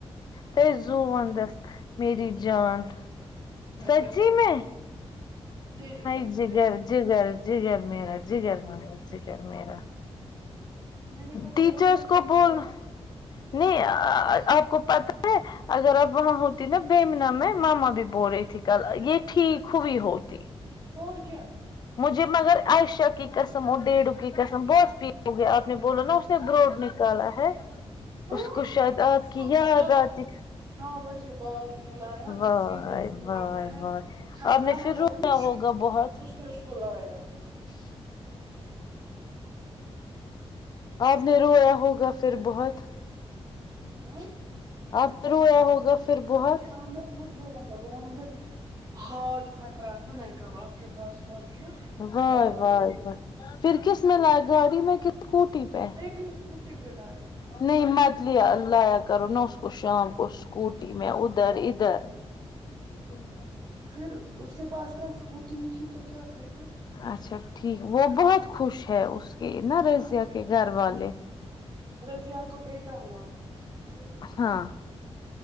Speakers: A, on the left (about 40°); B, on the right (about 40°).
A: تے زواندست میری جان سچی
B: اللہ کی قسم
A: میں
B: تیری
A: ہے
B: قسم
A: جگر
B: ڈیڈو کی
A: جگر
B: قسم
A: جگر میرا جگر میرا جگر میرا
B: میں نے بولا
A: ٹیچرس
B: بابا دے بات
A: کو بول
B: بیٹھے
A: نہیں آآ آپ کو پتا ہے اگر اب وہاں ہوتی نا بیمنا میں ماما بھی بول رہی تھی کل یہ ٹھیک ہوئی ہوتی
B: اور کیا
A: مجھے مگر عائشہ کی قسم اور ڈیڈو کی قسم بہت فیل ہو گیا آپ نے بولا نا بروڈ نکالا ہے
B: ہاں
A: اس کو شاید آپ
B: اس کو
A: کی
B: برابر
A: یاد آتی
B: نو بجے بعد نے لایا
A: واہ
B: سیدھے اس میں
A: واہ
B: لگ رہا ہے
A: واہ
B: خطرہ
A: آپ نے پھر
B: میں
A: رویا
B: بولو
A: ہوگا بہت
B: اس نے اسے کولا یا
A: <inaudible> آپ نے رویا ہوگا پھر بہت
B: ہوں
A: آپ نے رویا ہوگا پھر بہت
B: ان کے اندر خود برا تھا برا مگر ہاتھ پھٹ رہا تھا میں کب آپ کے پاس پہنچوں
A: واہ
B: پہ آپ
A: واہ
B: کو دیکھ
A: واہ پھر کس میں لاۓ گاڑی میں کہ اسکوٹی پہ
B: نہیں اسکوٹی پہ لایا تھا
A: نہیں مت لایا کرو نہ اس کو شام کو اسکوٹی میں ادھر ادھر <inaudible>
B: پھر اس کے پاس کل اسکوٹی تھی تو کیا کرتے
A: اچھا ٹھیک وہ بہت خوش ہے اس کے نا رضیہ کے گھر والے
B: رضیہ کو بیٹا ہوا ہے
A: ہاں